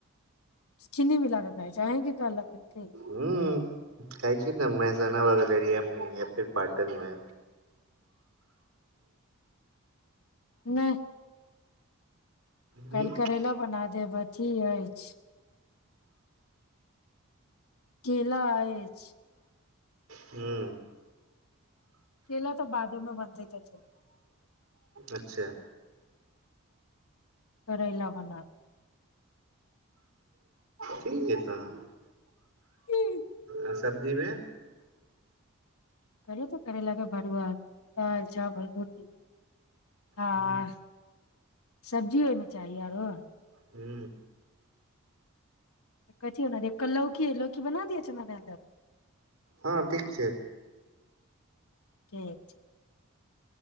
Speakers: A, on the left; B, on the right.
A: चीनी मिला कऽ कहै छै अहींके कहलक की
B: ह कहै छै ने महिसाना वला रेडिया मे या फेर पाटनमे
A: नहि
B: हूं
A: कल करेला बना देबन ठीक अछि केेला अछि
B: ह्म
A: केला तऽ बादोमे बनतै तऽ
B: अच्छा
A: करैला बना
B: ठीक है तहन
A: कहलौ
B: आ सब्जीमे
A: कहलियौ तऽ करैला के भरूआ आ दाल चावल रोटी हँ
B: हूं
A: सब्जी ओहिमे चाही आरो
B: हू
A: कथी बना दिय लौकी लौकी बना दिय छै ने दाल दऽ कऽ
B: हँ ठीक छै
A: ठीक छै